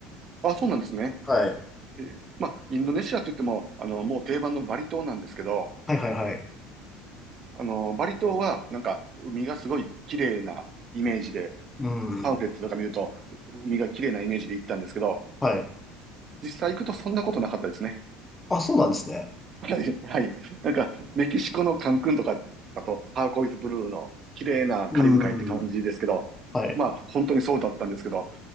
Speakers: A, on the right; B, on the left.
A: あ、そうなんですね。
B: はい。
A: えーまあ、インドネシアって言っても、あの、もう定番のバリ島なんですけど、
B: はいはいはい。
A: あの、バリ島は、なんか、海がすごい綺麗なイメージで、
B: うん。
A: パンフレットとか見ると、う海が綺麗なイメージで行ったんですけど、
B: はい。
A: 実際行くとそんなことなかったですね。
B: あ、そうなんですね。
A: はい、はい。なんか、メキシコのカンクンとか、あと、ターコイズブルーの綺麗なカリブ海って感じですけど、
B: うん。はい。
A: まあ、本当にそうだったんですけど、